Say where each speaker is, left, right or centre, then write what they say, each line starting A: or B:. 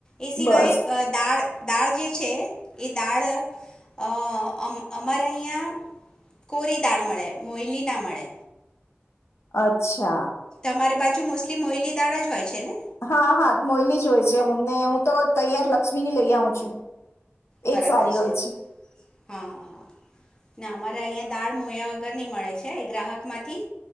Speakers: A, on the left; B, on the left.
A: એ સિવાય
B: બસ
A: દાળ-દાળ જે છે. એ દાળ, અ અમારે અહીંયા કોરી દાળ મળે મોયલીના મળે.
B: અચ્છા.
A: અમારી બાજુ મોસ્ટલી મોયલી દાળ જ હોય છે ને.
B: હા હા મોયલી જ હોય છે ને હું તો તૈયાર લક્ષ્મીની લઈ આવું છું. એજ
A: બરાબર
B: સારી હોય
A: છે, હા. ના અમારા અહીંયા દાળ મોયા વગર નહી મળે છે એ ગ્રાહકમાંથી,